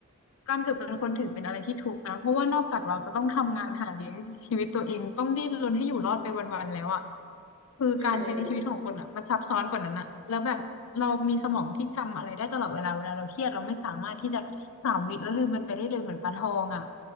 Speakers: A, on the left (about 65°); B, on the right (about 70°).
A: การเกิดเป็นคนถือเป็นอะไรที่ทุกข์นะเพราะว่านอกจากเราจะต้องทำงานหาเลี้ยงชีวิตตัวเองต้องดิ้นรนให้อยู่รอดไปวันๆแล้วอ่ะคือการใช้ชีวิตของคนอ่ะมันซับซ้อนกว่านั้นอ่ะแล้วแบบเรามีสมองที่จำอะไรได้ตลอดเวลาเวลาเราเครียดเราไม่สามารถที่จะสามวิแล้วลืมมันไปได้เลยเหมือนปลาทองอ่ะ
B: อืม